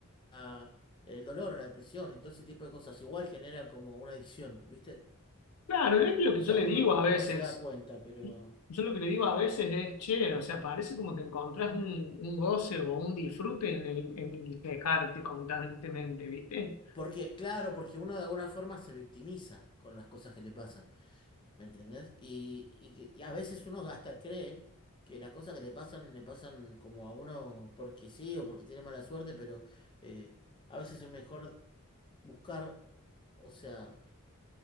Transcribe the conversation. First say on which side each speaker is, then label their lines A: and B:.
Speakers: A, on the left; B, on the left.
A: la- el dolor, la depresión y todo ese tipo de cosas. Igual genera como una adicción, ¿viste?
B: Claro, es que lo que
A: O
B: yo
A: sea,
B: le
A: uno,
B: digo a
A: uno
B: veces,
A: no se da cuenta, pero...
B: yo lo que le digo a veces es, che, o sea, parece como que encontrás un, un goce o un disfrute en el, en el quejarte constantemente, ¿viste?
A: Porque, claro, porque uno de alguna forma se victimiza con las cosas que le pasan, ¿me entendés? Y, y, que- y a veces uno hasta cree que las cosas que le pasan le pasan como a uno porque sí o porque tiene mala suerte, pero eh, a veces es mejor buscar, o sea...